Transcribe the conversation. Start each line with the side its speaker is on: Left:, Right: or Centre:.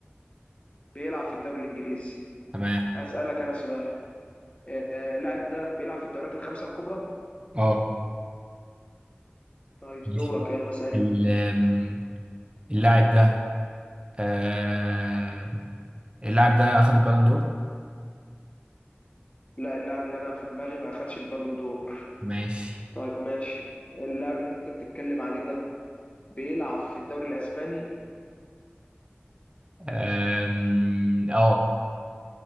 Left: بيلعب في الدوري الانجليزي
Right: تمام
Left: هسألك انا سؤال آه، اللاعب ده بيلعب في الدوريات الخمسة الكبرى
Right: اه
Left: طيب
Right: ماشي
Left: دورك يلا اسألني
Right: ال- أم، اللاعب ده آه اللاعب ده اخذ البالون دور
Left: لا اللاعب اللي انا في دماغي ما اخدش البالون دور
Right: ماشي
Left: طيب ماشي اللاعب اللي انت بتتكلم عليه ده بيلعب في الدوري الاسباني
Right: آم، اه